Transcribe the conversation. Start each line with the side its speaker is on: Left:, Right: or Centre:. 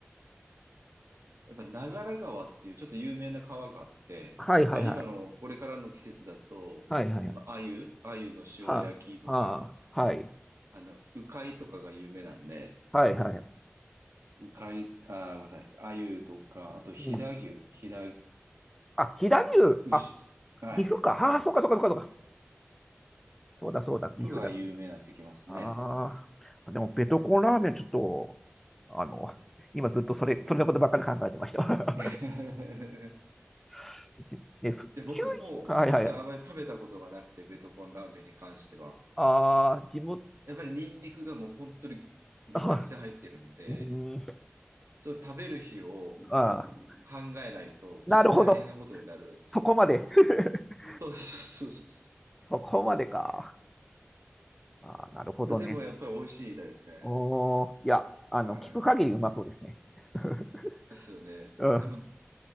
Right: やっぱ長良川っていうちょっと有名な川があって、
Centre: い、はいはいはい。
Right: まあ今の、これからの季節だと、
Centre: はいはいはい。
Right: まあ、鮎、鮎の塩焼きとか、
Centre: はあ、はあ、はい。
Right: あの、鵜飼とかが有名なんで、
Centre: はいはい。
Right: うかい、あー、ごめんなさい。鮎とか、あと飛騨牛、
Centre: うん。
Right: 飛騨
Centre: あ、飛騨牛。
Right: 牛、
Centre: あ、
Right: はい。
Centre: 岐阜か。ああ、そうかそうかそうかそうか。そうだそうだ、岐阜だ、
Right: とかが有名になってきますね。
Centre: 岐阜だ。ああ、でもベトコンラーメンちょっと、あの、今ずっとそれ、それのことばっかり考えてました。
Right: <laughs>
Centre: <laughs> じね、ふ九州、
Right: で、僕も実はあまり食べたことがなくて、
Centre: はいはい。
Right: ベトコンラーメンに関しては。
Centre: ああ、地元、
Right: やっぱりニンニクがもう本当にめちゃくちゃ入ってるんで、
Centre: あ、うーん、
Right: ちょっと食べる日を
Centre: ああ、
Right: 考えないと、
Centre: なるほど。
Right: ちょっと大変なことになるんですよ。
Centre: そこまで。<laughs>
Right: そうそうそうそ
Centre: そこまでか。ああ、なるほどね。
Right: う。でもやっぱり美味しいみたいですね。
Centre: おー、いや、あの、
Right: はい。
Centre: 聞く限りうまそうですね。<laughs>
Right: ですよね。
Centre: うん。
Right: でも、で